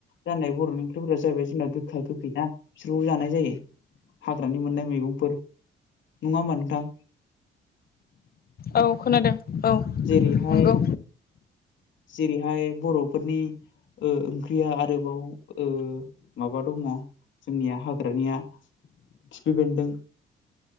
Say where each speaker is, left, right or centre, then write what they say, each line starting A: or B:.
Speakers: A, on the left (about 70°); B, on the left (about 50°).
A: जानाय बरनि ओं ख्रिफोरा जाहैबाय जोंना गोखा गोखैना बिसोरखौबो जानाय जायो हाग्रानि मोननाय मैगंफोर। नङा होनबा नोंथां?
B: औ खोनादों औ
A: जेरै हाय
B: नंगौ
A: जेरै हाय बर फोरनि ओ ओंख्रिया आरोबाव ओ माबा दङ। जोंनिया हाग्रानिया खिफि बेन्दों